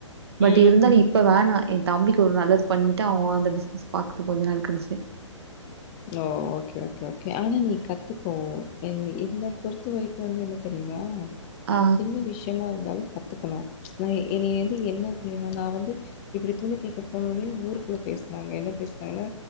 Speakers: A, on the right; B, on the left.
A: பட்
B: ம்.
A: இருந்தாலு இப்ப வேணா என் தம்பிக்கு ஒரு நல்லது பண்ணிட்டு அவன் அந்த பிசினஸ் பாக்கட்டு கொஞ்ச நாள் கலுச்சு
B: ஓ ஓகே ஓகே ஓகே ஆனா நீ கத்துக்கோ என் என்ன பொறுத்த வரைக்கு வந்து என்ன தெரியுமா நம்ம
A: ஆ,
B: சின்ன விஷயமா இருந்தாலு கத்துக்கணு நா என்னய வந்து என்ன தெரியுமா நா வந்து இப்டி துணி தெக்க போனோன்னே ஊருக்குள்ள பேசுனாங்க என்ன பேசுனாங்கனா